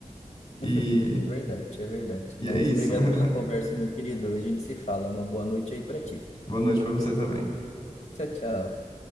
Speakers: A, on the left; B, on the left.
A: E
B: É verdade, é verdade.
A: E
B: Mas
A: é isso.
B: obrigado
A: <laughs>
B: pela conversa, meu querido. A gente se fala. Uma boa noite aí para ti.
A: Boa noite pra você também.
B: Tchau, tchau.